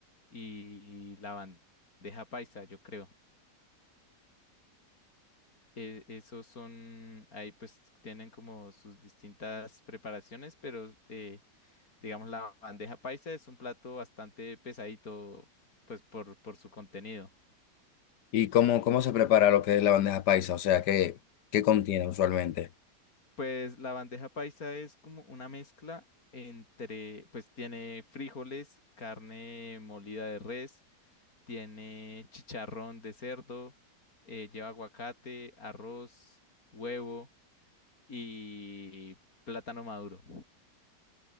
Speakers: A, on the left; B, on the left.
A: y la bandeja paisa, yo creo. Eh, esos son, ahí pues tienen como sus distintas preparaciones, pero... Eh, Digamos, la bandeja paisa es un plato bastante pesadito, pues por, por su contenido.
B: ¿Y cómo, cómo se prepara lo que es la bandeja paisa? O sea, ¿qué, qué contiene usualmente?
A: Pues la bandeja paisa es como una mezcla entre, pues tiene frijoles, carne molida de res, tiene chicharrón de cerdo, eh, lleva aguacate, arroz, huevo y plátano maduro.